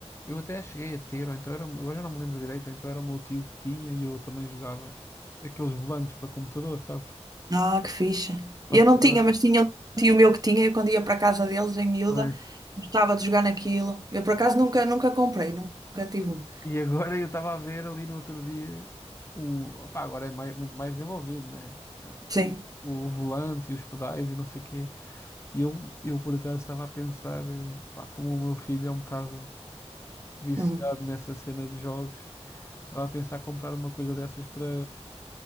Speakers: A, on the left (about 25°); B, on the right (about 35°).
A: eu até cheguei a ter, ou então era, agora já não me lembro direito, ou então era o meu tio que tinha e eu também jogava aqueles volantes para computador, sabes?
B: Ah, que fixe.
A: Só
B: Eu
A: que
B: não
A: agora,
B: tinha, mas tinha um tio meu que tinha, eu quando ia para a casa deles em miúda,
A: pois.
B: gostava de jogar naquilo. Eu por acaso nunca, nunca comprei, nunca tive um.
A: E agora eu estava a ver ali no outro dia um, opá, agora é mai- muito mais desenvolvido, né?
B: Sim.
A: O, o volante e os pedais e não sei o quê. E eu, eu por acaso estava a pensar, eh, pá, como o meu filho é um bocado viciado
B: Uhum.
A: nessa cena de jogos, estava a pensar comprar uma coisa dessas para,